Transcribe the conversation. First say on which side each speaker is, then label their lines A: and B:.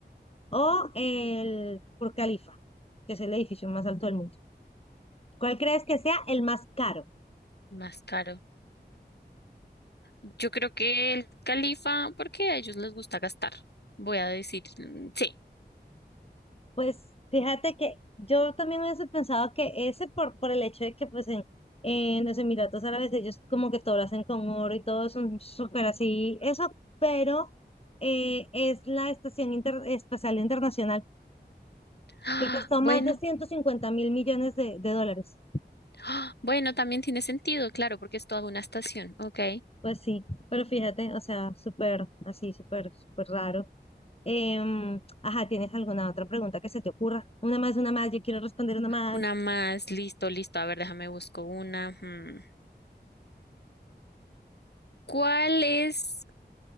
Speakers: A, on the left (about 35°); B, on the left (about 70°).
A: o el Burj Khalifa, que es el edificio más alto del mundo. ¿Cuál crees que sea el más caro?
B: Más caro. Yo creo que el califa, porque a ellos les gusta gastar. Voy a decir, mm, sí.
A: Pues fíjate que yo también hubiese pensado que ese por, por el hecho de que pues en, en los Emiratos Árabes ellos como que todo lo hacen con oro y todo son súper así, eso, pero eh, es la Estación Inter- Espacial Internacional
B: Ah,
A: que costó
B: bueno,
A: más de ciento cincuenta mil millones de, de dólares.
B: ah, bueno, también tiene sentido, claro, porque es toda una estación. Ok,
A: Pues sí, pero fíjate, o sea, súper así, súper, súper raro. Em, ajá, ¿tienes alguna otra pregunta que se te ocurra? Una más, una más, yo quiero responder una más.
B: una más, listo, listo. A ver, déjame busco una. hmm. ¿Cuál es,